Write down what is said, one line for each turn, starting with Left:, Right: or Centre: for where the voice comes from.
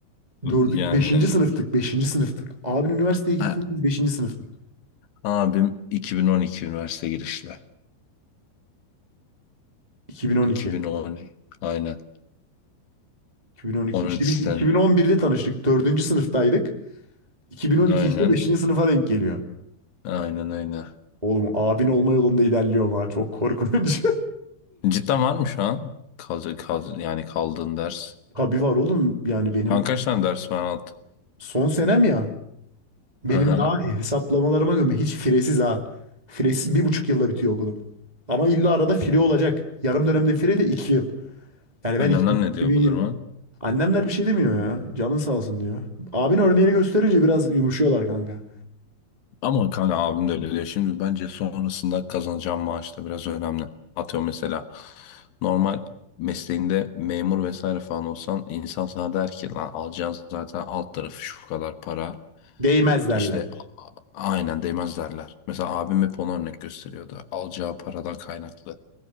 Right: Dördü,
Left: Yani
Right: beşinci sınıftık, beşinci sınıftık. Abin üniversiteye gittiğinde
Left: a-
Right: biz beşinci sınıftık.
Left: abim 2012 üniversite girişli.
Right: 2012.
Left: 2010 aynen.
Right: 2012.
Left: 13
Right: İşte
Left: sene.
Right: biz 2011'de tanıştık. Dördüncü sınıftaydık. 2012
Left: Aynen.
Right: işte beşinci sınıfa denk geliyor.
Left: Aynen aynen.
Right: Oğlum abin olma yolunda ilerliyor ha. Çok korkunç.
Left: Cidden var mı şu an? Kal, kal, yani kaldığın ders.
Right: <laughs> Tabii var oğlum. Yani benim
Left: Şu an kaç tane ders var alt?
Right: son senem ya. Benim
Left: Hı hı.
Right: daha iyi hesaplamalarıma göre hiç firesiz ha. Firesiz bir buçuk yılda bitiyor okulum. Ama illa arada fire olacak. Yarım dönemde fire de iki yıl. Yani ben
Left: Annemler
Right: iki-
Left: ne diyor
Right: 2020
Left: bu duruma?
Right: Annemler bir şey demiyor ya. Canın sağ olsun diyor. Abin örneğini gösterince biraz yumuşuyorlar kanka.
Left: Ama kanka abim de öyle diyor. Şimdi bence sonrasında kazanacağım maaş da biraz önemli. Atıyorum mesela normal mesleğinde memur vesaire falan olsan insan sana der ki lan alacağın zaten alt tarafı şu kadar para.
Right: Değmez derler.
Left: İşte a- aynen değmez derler. Mesela abim hep ona örnek gösteriyordu. Alacağı paradan kaynaklı